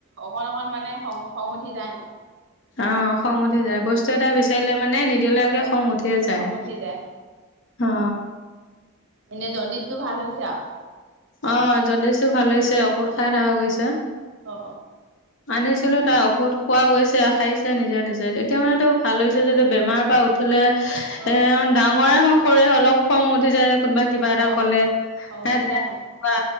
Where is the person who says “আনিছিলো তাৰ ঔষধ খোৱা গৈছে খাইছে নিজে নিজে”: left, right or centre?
Left